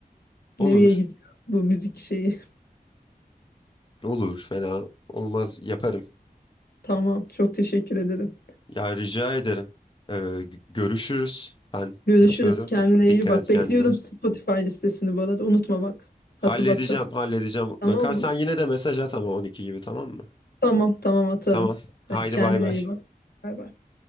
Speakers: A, on the left; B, on the left.
A: Olur,
B: Nereye gidiyor bu müzik şeyi?
A: olur fena olmaz yaparım.
B: <laughs> Tamam çok teşekkür ederim.
A: Ya rica ederim. Ee, gö- görüşürüz. Ben
B: Görüşürüz.
A: kaçıyorum.
B: Kendine
A: Dikkat
B: iyi bak.
A: et kendine.
B: Bekliyorum Spotify listesini bu arada. Unutma bak. Hatırlatacağım.
A: Halledeceğim, halledeceğim mutlaka.
B: Tamam
A: Sen
B: mı?
A: yine de mesaj at ama 12 gibi tamam mı?
B: Tamam tamam atarım.
A: Tamam. Haydi
B: Hadi kendine
A: bay bay.
B: iyi bak. Bay bay.